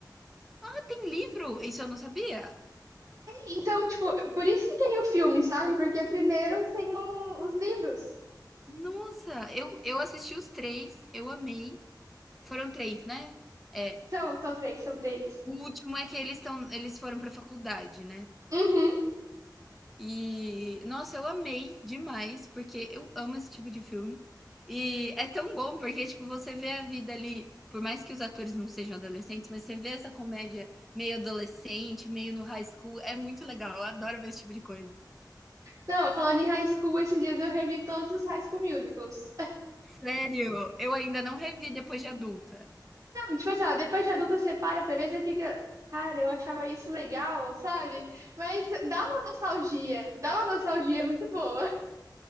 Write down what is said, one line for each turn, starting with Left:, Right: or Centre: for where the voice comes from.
Centre: Ah, tem livro? Isso eu não sabia.
Right: Então, tipo, por isso que tem o filme, sabe? Porque primeiro tem o- os livros.
Centre: Nossa, eu, eu assisti os três, eu amei. Foram três, né? É.
Right: São, são três, são três.
Centre: O último é que eles estão, eles foram pra faculdade, né?
Right: Uhum.
Centre: E, nossa, eu amei demais, porque eu amo esse tipo de filme. E é tão bom, porque, tipo, você vê a vida ali, por mais que os atores não sejam adolescentes, mas você vê essa comédia meio adolescente, meio no high school, é muito legal, eu adoro ver esse tipo de coisa.
Right: Não, falando em high school, esses dias eu revi todos os High School Musicals.
Centre: Sério, eu ainda não revi depois de adulta.
Right: Tipo assim, ó, depois de adulta você para pra ver, você fica, cara, eu achava isso legal, sabe? Mas dá uma nostalgia, dá uma nostalgia muito boa.